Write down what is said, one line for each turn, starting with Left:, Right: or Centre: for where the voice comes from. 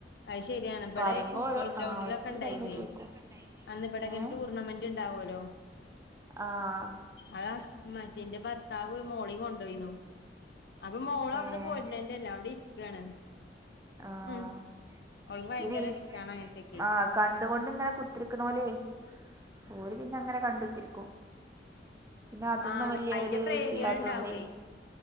Left: അഹ് ശരിയാണ് ഇബടെ
Right: പറയുമ്പോ
Left: ഈ ഫുട്ബോൾ
Right: ഓരോ
Left: ഗ്രൗണ്ടിലൊക്കെ
Right: ആഹ് ഓരോരുത്തര്
Left: ഇണ്ടായിന്നേ
Right: പറയുമ്പോ കേക്കും
Left: അന്ന് ഇബടെങ്ങനെ
Right: ഏഹ്
Left: ടൂർണമെന്റ് ഇണ്ടാവൊല്ലോ?
Right: ആഹ്
Left: അത് ഹസ് മറ്റേന്റെ ഭർത്താവ് മോളിം കൊണ്ടോയിന്നു അപ്പൊ മോള അവിടുന്ന്
Right: ഏഹ്
Left: പോര്നന്നെല്ല അവിടെയിരിക്കാണ്
Right: ആഹ്
Left: ഉം അവൾക്ക് ഭയങ്കര
Right: പിന്നെ ഈ
Left: ഇഷ്ടാണ് അങ്ങനത്തൊക്കെ
Right: ആ കണ്ടുകൊണ്ട്ങ്ങനെ കുത്തിരിക്ക്ണോല്ലേ ഓര് പിന്നങ്ങനെ കണ്ടുത്തിരിക്കും പിന്നെ അതൊന്നും
Left: ആഹ് അതെ
Right: വല്ല്യ
Left: അയിന്റെ
Right: ഒരു
Left: പ്രേമികൾ
Right: ഇതില്ലാത്തോണ്ടേ
Left: ഉണ്ടാവേ